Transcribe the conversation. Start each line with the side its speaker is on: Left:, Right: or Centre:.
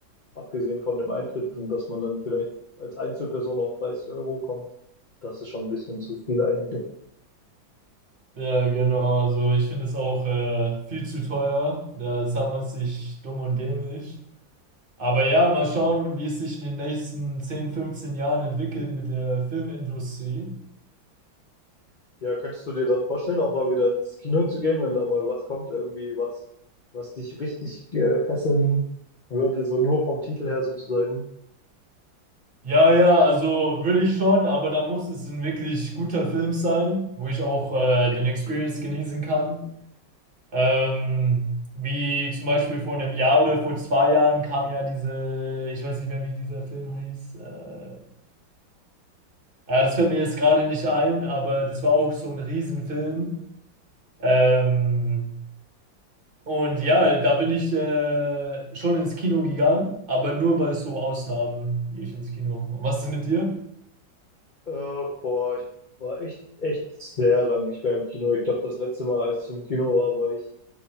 Left: Abgesehen von dem Eintritt und dass man dann vielleicht als Einzelperson auf 30 Euro kommt. Das ist schon ein bisschen zu viel eigentlich.
Right: Ja, genau. Also ich finde es auch äh, viel zu teuer. Da zahlt man sich dumm und dämlich. Aber ja, mal schauen, wie es sich in den nächsten 10 15 Jahren entwickelt mit der Filmindustrie.
Left: Ja, könntest du dir dann vorstellen, auch mal wieder ins Kino zu gehen, wenn da mal was kommt, irgendwie was, was dich richtig äh, fesseln würde, so nur vom Titel her sozusagen?
Right: Ja, ja, also würde ich schon, aber da muss es ein wirklich guter Film sein, wo ich auch äh, den Experience genießen kann. Ähm, wie zum Beispiel vor einem Jahr oder vor zwei Jahren kam ja diese, ich weiß nicht mehr, wie dieser Film hieß. Äh, ja, das fällt mir jetzt gerade nicht ein, aber das war auch so ein Riesenfilm. Ähm, und ja, da bin ich äh, schon ins Kino gegangen, aber nur bei so Ausnahmen gehe ich ins Kino. Und was ist mit dir?
Left: Äh, boah, ich war echt, echt sehr lang nicht mehr im Kino. Ich glaube, das letzte Mal, als ich im Kino war, war ich